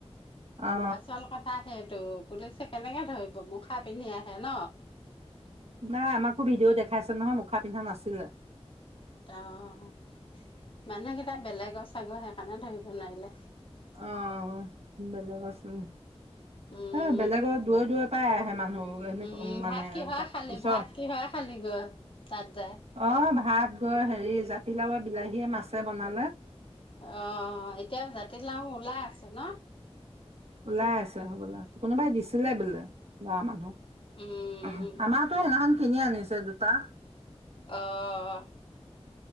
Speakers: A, on the right; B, on the left.
A: অ
B: আচল কথা সে টো পুলিচে কেনেকে ধৰিব মুখা পিন্ধি আহে ন
A: নাই আমাকো ভিডিঅ' দেখাইছে নহয় মুখা পিন্ধা নাচিলে
B: অ মানুহকেইটা বেলেগৰ চাগৈ সেইকাৰণে ধৰিব নোৱাৰিলে
A: অ বেলেগ চোন
B: উম
A: হা বেলেগৰ দূৰত দূৰত পাই আহে মানুহ সেনেকুৱা
B: উম
A: মানে
B: ভাত কিহৰে খালি
A: ওচৰ
B: ভাত কিহৰে খালি গৈ তাত যায়
A: অ ভাত ৰ হেৰি জাতিলাওৱে বিলাহী হে মাছে বনালে
B: অ এতিয়াও জাতিলাও ওলাই আছে ন
A: ওলাই আছে হ'বলা কোনোবাই দিছিলে বোলে গাঁৱৰ মানুহ
B: উম
A: আমাৰতো সেইনাখন কিনি আনিছে দুটা
B: অহ